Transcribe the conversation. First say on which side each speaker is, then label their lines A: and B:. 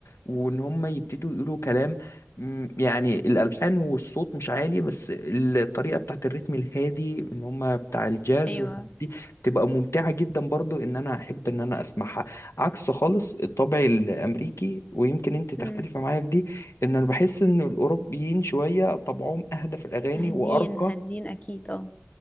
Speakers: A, on the left; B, on the left.
A: وان هم يبتدوا يقولوا كلام م، يعني الالحان والصوت مش عالي بس الطريقه بتاعت الريتم الهادي ان هم بتاع الجاز
B: ايوه
A: والحاجات دي تبقى ممتعة جدا برضو ان انا احب ان انا اسمعها عكس خالص الطبع الامريكي ويمكن انت تختلفي
B: مم.
A: معايا في دي ان انا بحس ان الاوروبيين شوية طبعهم اهدى في الاغاني
B: هادين
A: وارقى
B: هادين اكيد اه